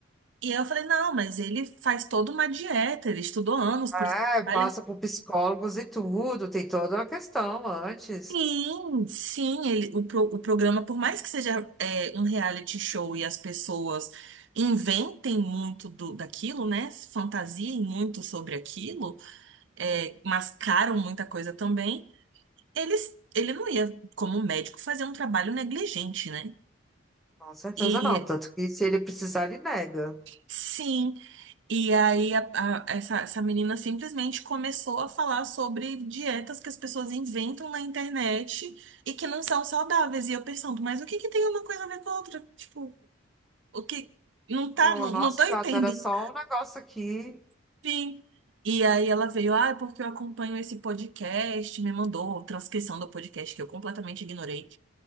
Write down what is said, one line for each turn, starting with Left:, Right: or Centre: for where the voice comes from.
Right: E eu falei, não, mas ele faz toda uma dieta, ele estudou anos, por
Centre: É,
Right: isso trabalha
Centre: passa por psicólogos e tudo, tem toda uma questão antes.
Right: Sim, sim, ele, o, pro- o programa, por mais que seja é, um reality show e as pessoas inventem muito do, daquilo, né? Fantasiem muito sobre aquilo, é, mascaram muita coisa também, eles, ele não ia, como médico, fazer um trabalho negligente, né?
Centre: Com certeza
Right: E
Centre: não, tanto que se ele precisar, ele nega.
Right: sim, E aí, a- a- essa, essa menina simplesmente começou a falar sobre dietas que as pessoas inventam na internet e que não são saudáveis. E eu pensando, mas o que que tem uma coisa a ver com a outra? Tipo, o que. Não tá,
Centre: Oh,
Right: não,
Centre: nossa,
Right: não tô entendendo.
Centre: gata, era só um negócio aqui.
Right: <laughs> Sim. E aí ela veio, ah, é porque eu acompanho esse podcast, me mandou a transcrição do podcast que eu completamente ignorei.